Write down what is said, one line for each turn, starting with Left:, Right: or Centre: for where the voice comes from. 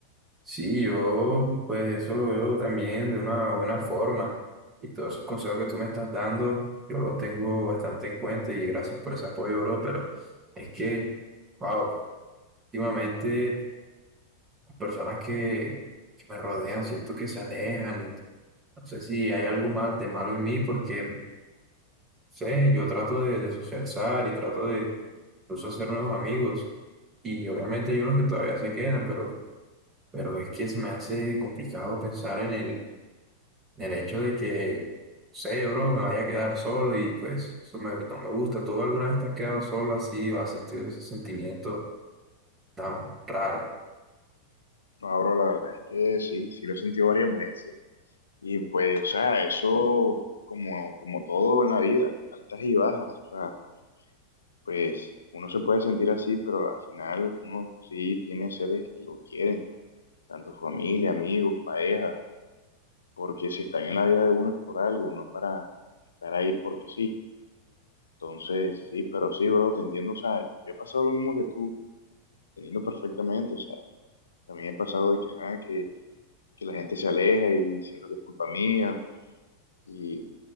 Right: Sí, yo pues eso lo veo también de una buena forma y todos esos consejos que tú me estás dando, yo los tengo bastante en cuenta y gracias por ese apoyo, bro, pero es que, wow, últimamente las personas que, que me rodean siento que se alejan y no sé si hay algo mal de malo en mí porque, no sé, yo trato de, de socializar y trato de incluso hacer nuevos amigos y obviamente hay unos que todavía se quedan, pero, pero es que se me hace complicado pensar en el del hecho de que, sé, bro, me vaya a quedar solo y pues eso me- no me gusta. ¿Tú alguna vez te has quedado solo así o has sentido ese sentimiento tan raro?
Left: No, abro la verdad es que sí, sí lo he sentido varias veces. Y pues, o sea, eso como, como todo en la vida, altas y bajas, o sea. pues uno se puede sentir así, pero al final uno sí tiene seres que lo quieren, tanto familia, amigos, pareja, porque si están en la vida de uno es por algo, no para estar ahí porque sí. Entonces, sí, pero sí, bro, te entiendo, o sea, yo he pasado lo mismo que tú, teniendo perfectamente, o sea, también he pasado de que, ajá, que, que la gente se aleja y siento que es culpa mía y